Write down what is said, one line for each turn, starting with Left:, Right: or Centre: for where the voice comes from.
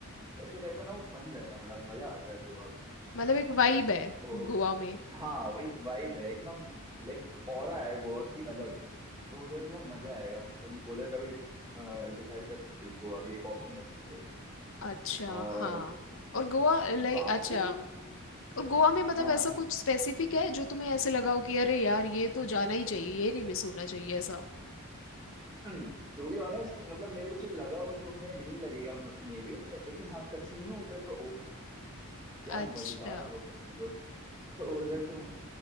Right: ऐसे टाइप का ना वो फन रहता है बड़ा मजा आता है गोवा में
Left: मतलब एक वाइब है
Right: तो
Left: गोवा में
Right: हाँ वो एक वाइब है एक ना लाइक ऑरा है गोवा की अलग तो उधर तुम्हें मजा आएगा तुम उधर का भी डिसाइड कर सकते हो गोवा भी एक ऑप्शन रख सकते हो
Left: अच्छा
Right: और
Left: हाँ और गोवा लाइक
Right: बाकी
Left: अच्छा और गोवा में मतलब
Right: हाँ हाँ
Left: ऐसा कुछ स्पेसिफिक है जो तुम्हें ऐसे लगा हो कि अरे यार ये तो जाना ही चाहिए ये नहीं मिस होना चाहिए ऐसा
Right: <clears throat> टू बी ऑनेस्ट मतलब मेरे को जो लगा वो तुम्हें नहीं लगेगा मे बी लेकिन हाँ कसीनो उधर का ओह क्या
Left: अच्छा
Right: मजेदार था वो कसीनो तो उधर तुम